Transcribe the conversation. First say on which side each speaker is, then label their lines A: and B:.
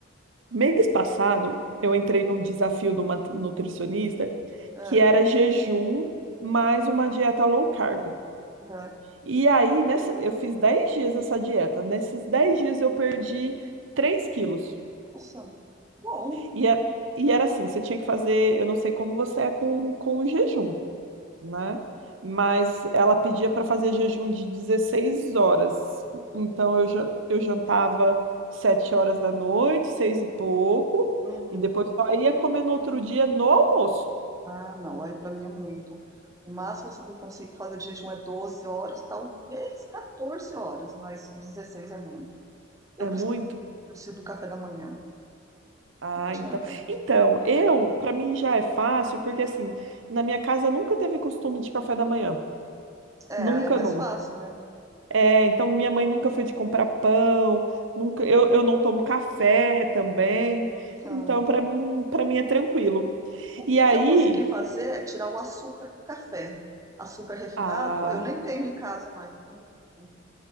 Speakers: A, on the right; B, on the right.
A: Mês passado, eu entrei num desafio de uma nutricionista
B: É,
A: que era jejum mais uma dieta low carb.
B: uhum.
A: E aí, nessa, eu fiz 10 dias essa dieta. Nesses 10 dias, eu perdi 3 quilos.
B: Nossa, que bom.
A: E, é- e era assim: você tinha que fazer. Eu não sei como você é com, com o jejum, né? Mas ela pedia para fazer jejum de 16 horas. Então eu, ja- eu jantava 7 horas da noite, seis e pouco,
B: Uhum.
A: e depois só ia comer no outro dia no almoço.
B: Ah, não, aí pra mim é muito. O máximo assim, que eu consigo fazer de jejum é 12 horas, talvez 14 horas, mas 16 é muito. Eu
A: É
B: preciso,
A: muito?
B: preciso do café da manhã,
A: Ah,
B: não adianta.
A: então. Então, eu, para mim já é fácil, porque assim, na minha casa nunca teve costume de café da manhã.
B: É,
A: Nunca,
B: aí é mais
A: nunca.
B: fácil, né?
A: É, então minha mãe nunca foi de comprar pão, nunca, eu, eu não tomo café também.
B: Uhum. Ah,
A: Então, para mim, para mim é tranquilo.
B: O,
A: E aí,
B: o que eu consegui fazer é tirar o açúcar do café. Açúcar refinado,
A: ah,
B: eu nem tenho em casa mais, porque eu não uso.